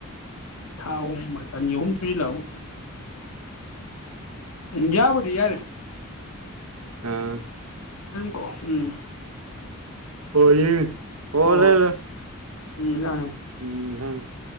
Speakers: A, on the left; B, on the right.
A: ꯊꯥ ꯑꯍꯨꯝ ꯑꯅꯤ ꯑꯍꯨꯝ ꯁꯨꯁꯤꯜꯂ ꯑꯃꯛ ꯌꯥꯕꯗꯤ ꯌꯥꯔꯦ
B: ꯑꯥ
A: ꯀꯣ ꯎꯝ
B: ꯍꯣꯏ ꯍ
A: ꯍꯣꯏ ꯍꯣꯏ
B: ꯂꯩ
A: ꯎꯝ
B: ꯎꯝ ꯍꯝ